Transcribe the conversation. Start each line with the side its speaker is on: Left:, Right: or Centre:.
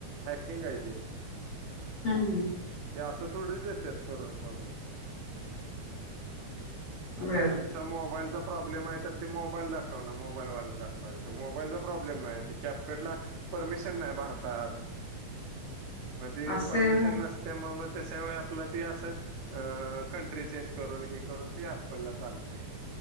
Right: हॅकिंग आहे ते
Left: हम्म
Right: ते असं थोडीच देत्यात करून कोण बी. आता
Left: बर
Right: तुमचा मोबाईलचा प्रॉब्लेम आहे तर ते मोबाईल दाखवणार मोबाईलवाल्याला <unintelligible> मोबाईलचा प्रॉब्लेम नाही कॅपकटला परमिशन नाही भारतात. म ते
Left: असं
Right: परमिशन
Left: आहे होय
Right: नसत्या <unintelligible> तशा अँप ते असं अ कंट्री चेंज करून हे करून ते अँपलला चालतंय.